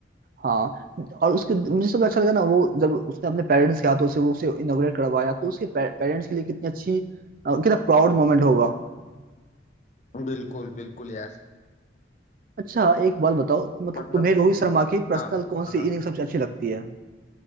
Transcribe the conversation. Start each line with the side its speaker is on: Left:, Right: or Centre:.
Right: हाँ और उसके मुझे सबसे अच्छा लगा ना वो जब उसने अपने पेरेंट्स के हाथों से वो उसे इनोग्रेट करवाया तो उसके पेरेंट्स के लिए कितनी अच्छी अ, कितना प्राउड मोमेंट होगा
Left: है बिल्कुल बिल्कुल यार
Right: अच्छा एक बात बताओ मतलब
Left: मतलब
Right: तुम्हें रोहित शर्मा की पर्सनल
Left: हाँ
Right: कौन सी
Left: हाँ
Right: इनिंग सबसे अच्छी लगती है